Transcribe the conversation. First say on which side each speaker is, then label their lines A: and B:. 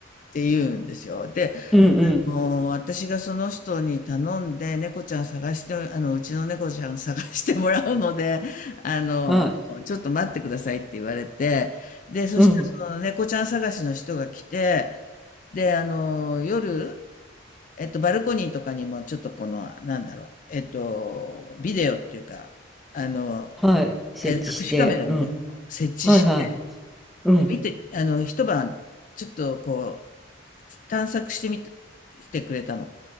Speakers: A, on the left; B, in the centre.
A: て言うんですよ。で、
B: うんうん。
A: もう私がその人に頼んで、猫ちゃん探して、あの、うちの猫ちゃん探してもらうので、<laughs> あの、
B: はい。
A: ちょっと待ってくださいって言われて、で、そしてその猫ちゃん探しの人が来て、
B: うん。
A: で、あの、夜、えっと、バルコニーとかにもちょっとこの、なんだろう、えっと、ビデオっていうか、あの、
B: はい。設置して。
A: え、隠しカメラみたいなのを設置して、
B: うん。はいはい。うん。
A: 見て、あの、一晩、ちょっとこう、探索してみて、してくれたの。